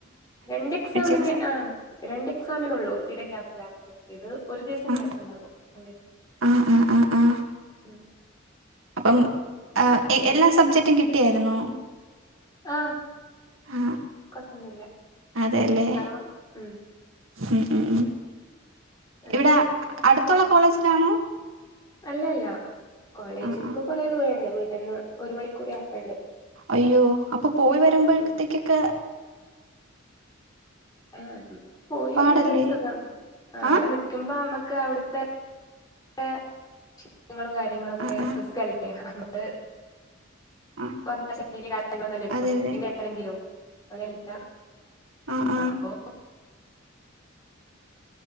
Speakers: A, on the left; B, on the right.
A: രണ്ട് എക്സാമിന്
B: എക്സാം
A: ആഹ് രണ്ട് എക്സാമിനൊള്ളൂ തീരെ ഗ്യാപ്പില്ലാത്തത് ഇത് ഒരു ദിവസം
B: ആ
A: ഗ്യാപ്പ് ഉണ്ടാകും അല്ലേ
B: ആ ആ ആ ആ
A: ഉം
B: അപ്പം ഏ
A: ഉം
B: എല്ലാ സബ്ജക്ടും കിട്ടിയായിരുന്നോ
A: ആഹ്
B: ആ
A: കൊഴപ്പൊന്നുല്ല
B: അതെല്ലേ
A: എക്സാം ഉം
B: ഉം ഉം ഉം
A: അങ്ങനെ
B: ഇവിടെ അടുത്തുള്ള കോളേജിലാണോ
A: അല്ലല്ല കോളേജിക്ക്
B: ആ ആ
A: കൊറേ ദൂരണ്ട് വീട്ടിന്ന് ഒരു മണിക്കൂർ യാത്രണ്ട്
B: അയ്യോ അപ്പൊ പോയി വരുമ്പഴത്തേക്കൊക്കെ
A: ഉം ആഹ് പോയിവരാണ്
B: പാടല്ലേ
A: സുഖം അവിടെ
B: ആ
A: നിക്കുമ്പോ നമ്മുക്ക് അവിടുത്തെ ത്തെ ക്ഷീണങ്ങളും കാര്യങ്ങളൊക്കെ
B: ആ ആ
A: റിസ്കല്ലേ നമ്മള്
B: ആ
A: <inaudible>
B: അതെ അതെ
A: ആണെങ്കിലോ അതല്ല
B: ആ ആ
A: അപ്പൊ